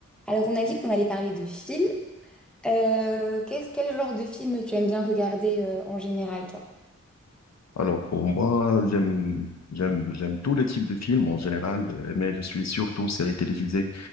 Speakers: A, in the centre; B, on the left (about 60°).
A: Alors, on a dit qu'on allait parler de films. Euh, qu'est-ce, quel genre de film tu aimes bien regarder euh, en général, toi?
B: Alors, pour moi, j'aime, j'aime, j'aime tous les types de films en général, euh, mais je suis surtout série télévisée.